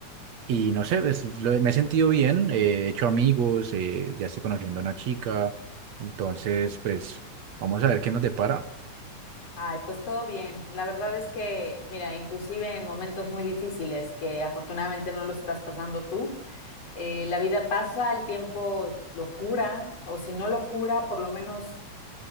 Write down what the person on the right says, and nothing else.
Y no sé, pues, lo- me he sentido bien, eh, he hecho amigos, eh, ya estoy conociendo a una chica, entonces pues vamos a ver qué nos depara.